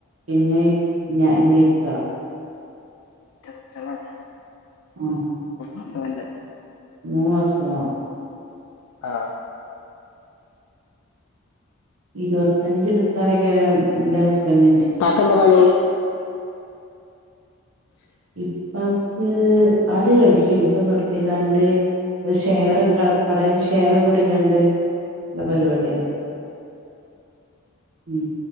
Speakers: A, on the right (about 75°); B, on the left (about 80°).
A: പിന്നെ ഞാൻ ൻ്റിക്ക
B: എരട്ടകുട്ട്യാളാണ്
A: ഇം
B: അസുഖല്ലാർക്കുണ്ട്
A: മൂന്ന് മാസവം
B: ആ
A: ഇരുപത്തഞ്ച് ഇരുപത്താറെയ്ക്കാരം എന്റെ ഹസ്ബന്റ് ന്
B: പ്പാക്കെന്താ പണി <unintelligible>
A: ഇപ്പൊക്ക് അദ്യ ഗൾഫ് യേ നു ഇപ്പൊ നിർത്തിക്കാണ്ട് ഒരു ഷയറൊക്കെ ക കടക്ക് ഷേ റൊക്കെ കൂടിക്കാണ്ട് ല്ല പരുവാട്യ ഉം